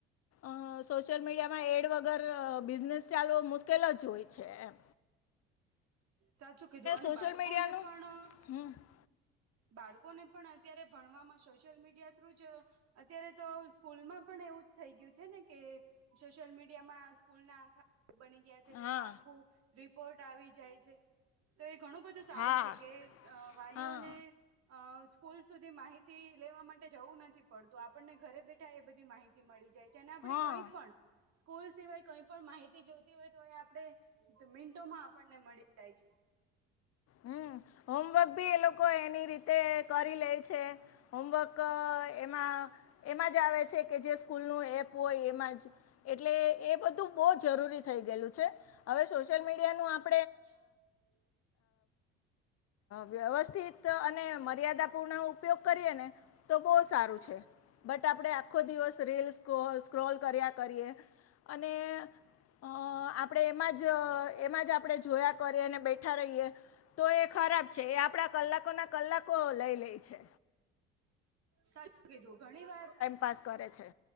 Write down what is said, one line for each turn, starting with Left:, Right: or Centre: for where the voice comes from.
Left: અ સોશિયલ મીડિયામાં એડ વગર બિઝનેસ ચાલવો મુશ્કેલ જ હોય છે, એમ.
Right: સાચું કીધું અને
Left: સોશિયલ
Right: બાળકોને
Left: મીડિયાનું
Right: પણ.
Left: હા <unintelligible>
Right: બાળકોને પણ અત્યારે ભણવામાં સોશિયલ મીડિયા થ્રુ જ. અત્યારે તો સ્કૂલમાં પણ એવું જ થઈ ગયું છે, ને કે. સોશિયલ મીડિયા સ્કૂલ ના બની ગયા. તેમાં
Left: હા
Right: આખું રિપોર્ટ આવી જાય છે. તો એ ઘણું બધું સારું
Left: હા
Right: છે, કે વાલીઓને.
Left: હા
Right: અ સ્કૂલ સુધી માહિતી લેવા માટે જવું નથી પડતું આપણને ઘરે બેઠા એ બધી માહિતી. મળી જાય છે, અને આપડણે
Left: હા
Right: કઈ પણ. સ્કૂલ સિવાય કઈ પણ માહિતી જોતી હોય તો એ આપણે મિંન્ટોમાં આપણને મળી જાય છે.
Left: હમ હોમવર્ક બી એ લોકો એની રીતે કરી લે છે. હોમવર્ક એમાં એમાં જ આવે છે, કે જે સ્કૂલનું એપ હોય એમાં જ. એટલે એ બધું બહુ જરૂરી થઈ ગયેલું છે, હવે સોશિયલ મીડિયાનું આપ
Right: હ <unintelligible>
Left: વ્યવસ્થિત અને મર્યાદાપૂર્ણ ઉપયોગ કરીએ ને. તો બહુ સારું છે, બટ આપણે આખો દિવસ રીલ સ્ક્રોલ કર્યા કરીએ. અને. અ આપણે એમાં જ એમાં જ આપણે જોયા કરી અને બેઠા રહીએ. તો એ ખરાબ છે, એ આપડા કલાકો ના કલાકો લઈ લે છે.
Right: સાચું <unintelligible> ઘણી વાર.
Left: પાસ કરે છે.